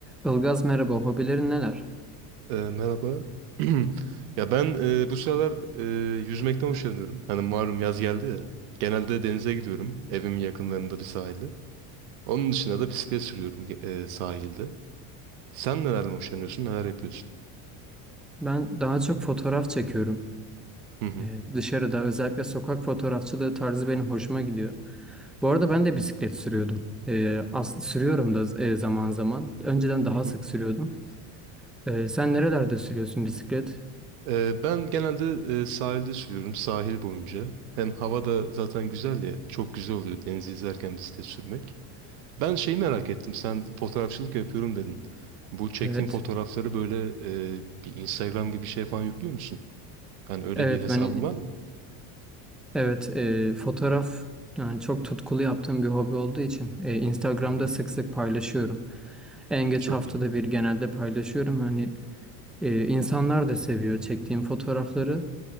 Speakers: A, in the centre; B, on the right.
A: Ilgaz merhaba, hobilerin neler?
B: Ee, merhaba. <clears throat> Ya ben e, bu sıralar e, yüzmekten hoşlanıyorum. Hani malum yaz geldi ya. Genelde denize gidiyorum. Evimin yakınlarında bir sahilde. Onun dışında da bisiklet sürüyorum ge- e, sahilde. Sen nelerden hoşlanıyorsun? Neler yapıyorsun?
A: Ben daha çok fotoğraf çekiyorum.
B: Hı hı.
A: Ee, dışarıda özellikle sokak fotoğrafçılığı tarzı benim hoşuma gidiyor. Bu arada ben de bisiklet sürüyordum. Ee, as- sürüyorum da e, zaman zaman. Önceden daha
B: Hı
A: sık
B: hı.
A: sürüyordum. Ee, sen nerelerde sürüyorsun bisiklet?
B: Ee, ben genelde e, sahilde sürüyorum. Sahil boyunca. Hem hava da zaten güzel ya. Çok güzel oluyor denizi izlerken bisiklet sürmek. Ben şeyi merak ettim. Sen fotoğrafçılık yapıyorum dedin. Bu çektiğin
A: Evet.
B: fotoğrafları böyle e, bir Instagram gibi bir şeye falan yüklüyor musun? Hani öyle
A: Evet
B: bir hesabın
A: ben
B: var mı?
A: evet e, fotoğraf yani çok tutkulu yaptığım bir hobi olduğu için e, Instagram'da
B: Hı hı.
A: sık sık paylaşıyorum. En geç
B: Çok
A: haftada
B: iyi.
A: bir genelde paylaşıyorum. Hani e, insanlar da seviyor çektiğim fotoğrafları.